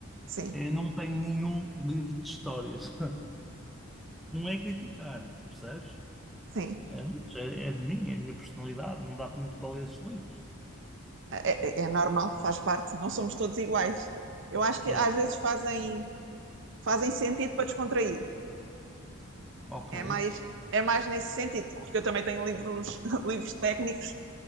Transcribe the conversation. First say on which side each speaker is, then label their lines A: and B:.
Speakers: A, on the right; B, in the centre.
A: sim,
B: Eu não tenho nenhum livro de histórias. <laughs> Não é criticar, percebes?
A: sim.
B: É, mas é é de mim, é a minha personalidade, não dá muito para ler esses livros.
A: É, é- é é normal, faz parte, não somos todos iguais. Eu acho que
B: Ora
A: às
B: bem,
A: vezes fazem, fazem sentido para descontrair.
B: ok.
A: É mais, é mais nesse sentido, porque eu também tenho livros, <laughs> livros técnicos,